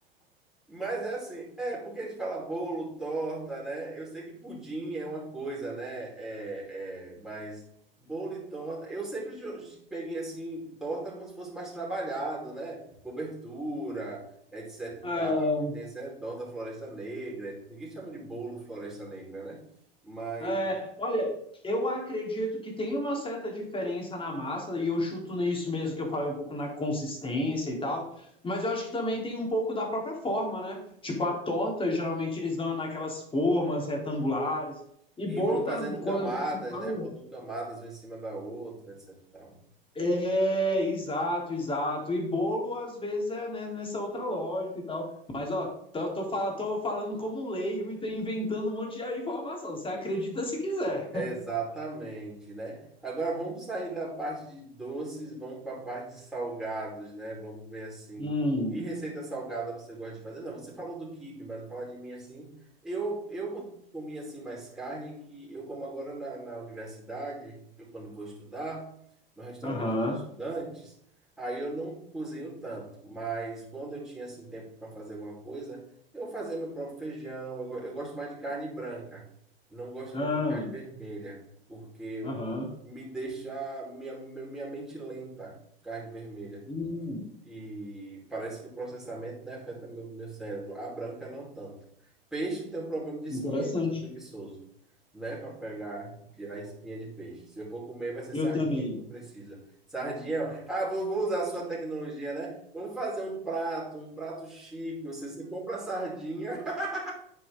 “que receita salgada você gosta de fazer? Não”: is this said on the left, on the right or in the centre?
Centre